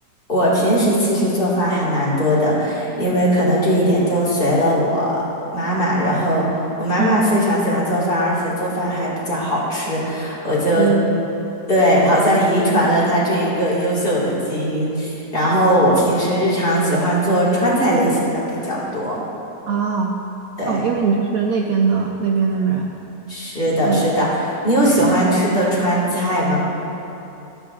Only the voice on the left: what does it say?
我平时其实做饭还蛮多的，因为可能这一点就随了我妈妈。然后我妈妈非常喜欢做饭，
而且做饭还比较好吃，我就
对，好像遗传了她这一个优秀的基因。然后我平时日常喜欢做川菜类型的比较多。
对，
是的，
是的。你有喜欢吃的川菜吗？